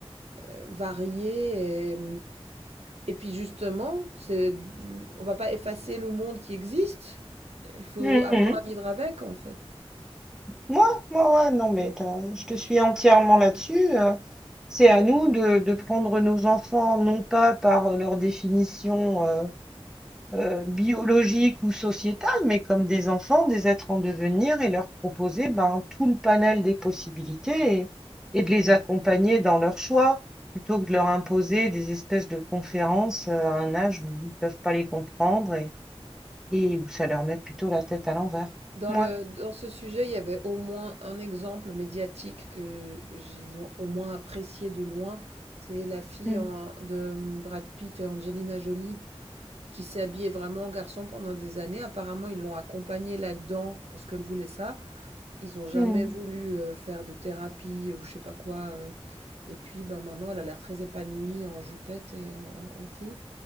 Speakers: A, on the right (about 80°); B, in the centre.
A: euh, variés. Et, et puis justement, c'est, on va pas effacer le monde qui existe. Il faut
B: Hmm,
A: apprendre
B: hmm.
A: à vivre avec, en fait.
B: Moi, moi, ouais, non, mais t'as- je te suis entièrement là-dessus. euh, C'est à nous de, de prendre nos enfants, non pas par leur définition euh, euh, biologique ou sociétale, mais comme des enfants, des êtres en devenir, et leur proposer ben, tout le panel des possibilités et, et de les accompagner dans leurs choix, plutôt que de leur imposer des espèces de conférences euh, à un âge où ils ne peuvent pas les comprendre et, et où ça leur met plutôt la tête à l'envers.
A: Dans
B: Ouais.
A: le, dans ce sujet, il y avait au moins un exemple médiatique que j'ai au moins apprécié de loin. C'est la fille
B: Mm.
A: en- de Brad Pitt et Angelina Jolie qui s'est habillée vraiment en garçon pendant des années. Apparemment, ils l'ont accompagnée là-dedans parce qu'elle voulait ça. Ils n'ont jamais
B: Mm.
A: voulu euh, faire de thérapie ou je sais pas quoi. euh. Et puis, ben, maintenant, elle a l'air très épanouie en jupette et en, en fille.